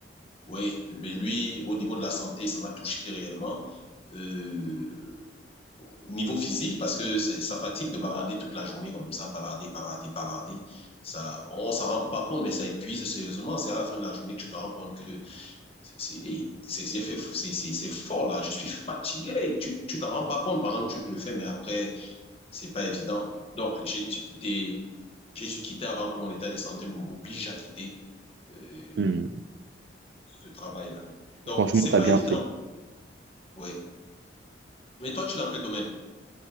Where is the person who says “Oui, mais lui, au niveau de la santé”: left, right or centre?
Left